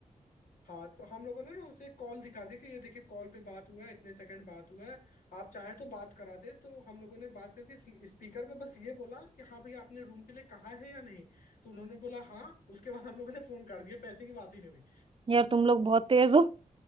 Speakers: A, on the left; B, on the right.
A: हाँ तो हम लोगों ने ना उसे कॉल दिखा दी कि ये देखिए कॉल पे बात हुआ है इतने सेकंड बात हुआ है आप चाहें तो बात करा दे तो हम लोगों ने बात करके स्पीकर पे बस ये बोला कि हाँ भैया आपने रूम के लिए कहा है या नहीं तो उन्होंने बोला हाँ उसके बाद हम लोगों ने फोन कर दिया पैसे की बात ही नहीं हुई
B: यार तुम लोग बहुत तेज हो